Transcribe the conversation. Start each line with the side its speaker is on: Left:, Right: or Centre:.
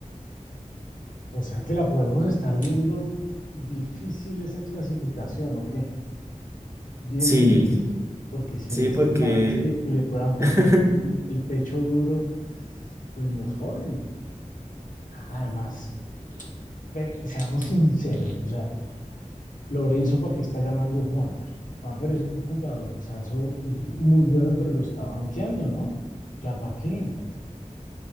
Left: o sea que la podemos estar viendo difícil esa clasificación, ¿o qué? bien,
Right: Sí,
Left: bien difícil, porque sin
Right: sí,
Left: estos
Right: porque,
Left: manes que, que le puedan poner
Right: <laughs>
Left: el el pecho duro, pues nos joden. Además, ven, seamos sinceros, o sea, Lorenzo, ¿para qué está llamando a Juanfer? Juanfer es un jugador, o sea, eso es muy bueno, pero lo está banqueando, ¿no? O sea, ¿para qué?